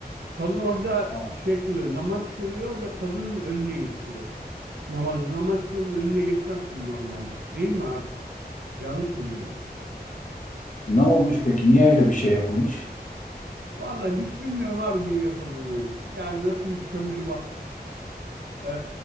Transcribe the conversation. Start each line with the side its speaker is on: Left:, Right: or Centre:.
Right: Kadın orada
Left: Ha,
Right: şey kılıyor, namaz kılıyor ve kadının önüne geçiyor. Namazı, namaz kılının önüne geçmezsin normalde. Değil mi abi? Yanlış mı biliyorum?
Left: Ne olmuş peki? Niye öyle bir şey yapılmış?
Right: Vallahi hiç bilmiyorum abi niye yapıldığını. Yani nasıl bir sömürü var. Ee,